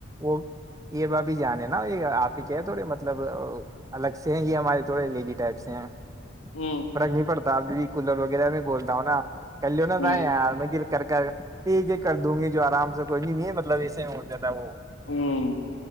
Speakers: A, on the right (about 15°); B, on the left (about 85°).
A: وہ یہ ب بھی جان ہے نا یہ آپ کے چے تھوڑے م مطلب الگ سے ہیں یہ ہمارے تھوڑے لیجی ٹائپ سے ہیں
B: ہ
A: فرق نہیں پڑتا ابھی کولر وغیرہ میں بولتا ہوں نا کل لو نا
B: ہ
A: تھا یار میں گ کر کر ٹھیک ہے کر دوں گی جو آرام سے کوئی بھی نہیں ہے مطلب ایسے میں ہو جات ہے وہ
B: ہوں